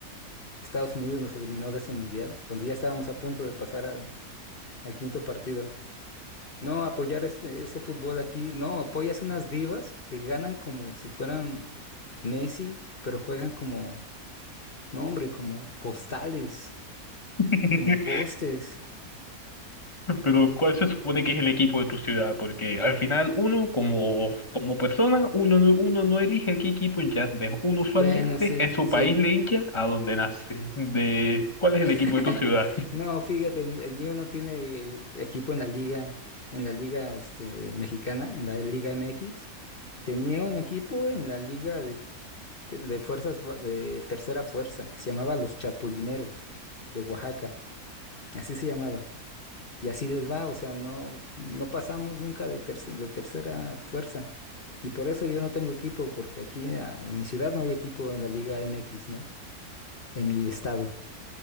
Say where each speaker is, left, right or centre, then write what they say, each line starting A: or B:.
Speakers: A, on the left; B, on the left.
A: Estados Unidos nos eliminó de ese mundial, donde ya estábamos a punto de pasar al, al quinto partido. No, apoyar ese, ese fútbol aquí, no, apoyas unas divas que ganan como si fueran Messi, pero juegan como, no hombre, como costales,
B: <laughs>
A: como postes.
B: Pero, ¿cuál se supone que es el equipo de tu ciudad? Porque al final uno, como, como persona, uno, no- uno no elige a qué equipo hincharle. Uno usualmente
A: Bueno, sí,
B: en su
A: sí.
B: país le hincha a donde nace. De, ¿cuál es
A: <laughs>
B: el equipo de tu ciudad?
A: No, fíjate, el, el mío no tiene equipo en la liga, en la liga este, mexicana, en la Liga MX. Tenía un equipo en la liga de, de fuerzas ba- de tercera fuerza, que se llamaba Los Chapulineros de Oaxaca. Así se llamaba. Y así les va, o sea, no, no pasamos nunca de, terce- de tercera fuerza. Y por eso yo no tengo equipo, porque aquí ah, en mi ciudad no hay equipo en la Liga MX, ¿no? En mi estado.